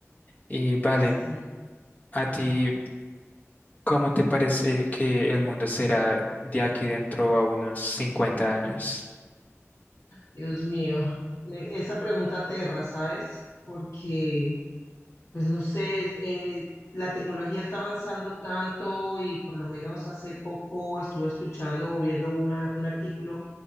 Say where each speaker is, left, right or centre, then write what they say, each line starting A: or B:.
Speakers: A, on the left (about 30°); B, on the left (about 70°).
A: Y vale,
B: Sí,
A: ¿a ti cómo te parece que el mundo será de aquí dentro a unos 50 años?
B: Dios mío, e- esa pregunta aterra, ¿sabes? Porque... pues no sé, es, eh, la tecnología está avanzando tanto y por lo menos hace poco estuve escuchando o viendo una- un artículo